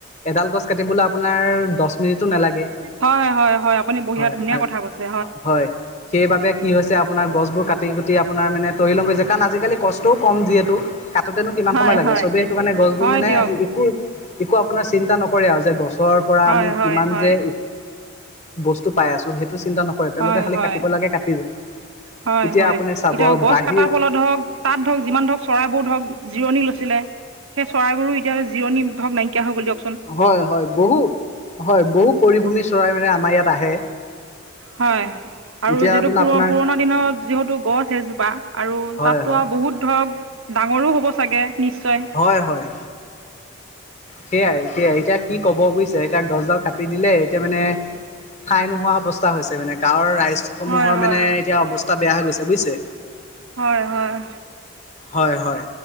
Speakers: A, on the left; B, on the right.
A: এডাল গছ কাটিম বুলি আপোনাৰ আমাৰ দহ মিনিটো নালাগে।
B: হয় হয় হয় আপুনি বঢ়িয়া
A: হয়
B: ধুনীয়া
A: আৰু
B: কথা কৈছে
A: হয় সেইবাবে কি হৈছে আপোনাৰ গছবোৰ কাটি কুটি আপোনাৰ মানে, তহিলং হৈছে, কাৰণ আজালি কষ্টও কম যিহেতু কাটোতে কিমান
B: হয়
A: সময় লাগে
B: হয়
A: সবেই সেইটো কাৰণে গছবোৰ
B: হয়
A: মানে
B: দিয়ক
A: একো একো আপোনাৰ চিন্তা নকৰে আৰু যে গছ গছৰ পৰা
B: হয়
A: আমি
B: হয়
A: কিমান
B: হয়
A: যে বস্তু পাই আছো। সেই ৰাস্তাটো চিন্তা নকৰে তেওঁলোকে
B: হয়
A: খালি
B: হয়
A: কাটিব লাগে কাটি যায়।
B: হয়-
A: এতিয়া
B: হয়
A: আপুনি চাব
B: এতিয়া গছ
A: বাহিৰ
B: কটাৰ ফলত ধৰক তাত ধৰক যিমান ধৰক চৰাইবোৰ ধৰক জিৰণি লৈছে ছিলে সেই চৰাইবোৰো এতিয়া জিৰণি ধৰক নাইকিয়া হৈ গ'ল দিয়ক।
A: হয় - হয় বহু, হয় বহু পৰিভূমি চৰাই মানে আমাৰ ইয়াত আহে।
B: হয় আৰু
A: এতিয়াতোন
B: যিহেতু পুৰ
A: আপোনাৰ
B: পুৰণা দিনৰ যিহেতু গছ এজোপা আৰু
A: হয়
B: তাতো
A: হয়
B: আৰু বহুত ধৰক ডাঙৰো হ'ব চাগে নিশ্চয়
A: হয়-হয়। সেয়াই সেয়াই এতিয়া কি ক'ব বুজিছে এতিয়া গছডাল কাটি দিলে এতিয়া মানে ঠাই নোহোৱা অৱস্থা হৈছে মানে গাঁৱৰ ৰাইজসমূহৰ
B: হয় হয়
A: মানে এতিয়া অৱস্থা বেয়া হৈ গৈছে বুইছে
B: হয়- হয়।
A: হয় হয়